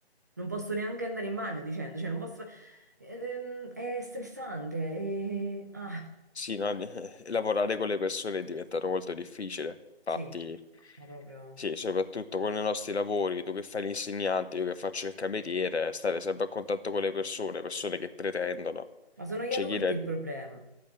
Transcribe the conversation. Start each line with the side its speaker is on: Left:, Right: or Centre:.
Right: Non posso neanche andare in bagno dicendo, cioè non posso... ed, ehm, È stressante, e... ah,
Left: sì, no, <laughs> eh, lavorare con le persone è diventato molto difficile. Infatti,
Right: sì, ma proprio...
Left: sì, soprattutto con i nostri lavori, tu che fai l'insegnante, io che faccio il cameriere, stare sempre a contatto con le persone, persone che pretendono.
Right: Ma sono gli
Left: C'è
Right: adulti
Left: chi, re-
Right: il problema.